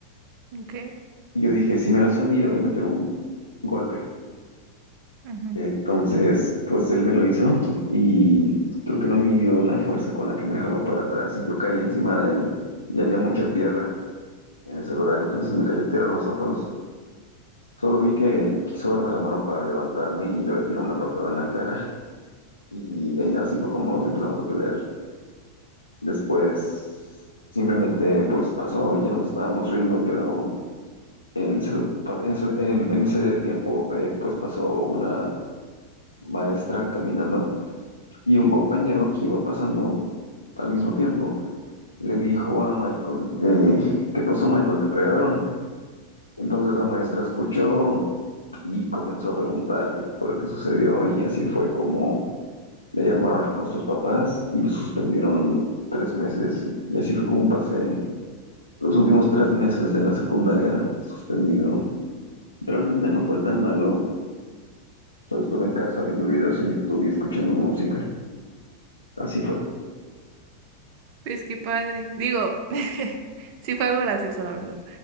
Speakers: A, on the right (about 45°); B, on the left (about 85°).
A: ok,
B: Y yo dije, si me lo hace a mí, le voy a meter un golpe.
A: ujú.
B: Entonces, pues él me lo hizo y creo que no midió la fuerza con la que me jaló para atrás y yo caí encima de él y había mucha tierra en ese lugar, entonces me cayó tierra en los ojos. Solo vi que quiso darme la mano para levantarme y yo le tiré una patada en la cara y así fue como nos empezamos a pelear. Después simplemente pues pasó, y ya nos estábamos riendo, pero En ese, pa- en ese- en- en ese tiempo, eh, pues pasó una maestra caminando y un compañero que iba pasando al mismo tiempo le dijo a Michael, eh, ¿qué pasó, Michael? ¿Te pegaron? Entonces la maestra escuchó y comenzó a preguntar qué fue lo que sucedió y así fue como le llamaron a nuestros papás y me suspendieron tres meses y así fue como pasé los últimos tres meses de la secundaria suspendido. Realmente no fue tan malo Solo estuve en casa viendo videos en YouTube y escuchando música. Así fue. En
A: Pues qué padre. Digo, <laughs> sí fue algo gracioso, la verdad.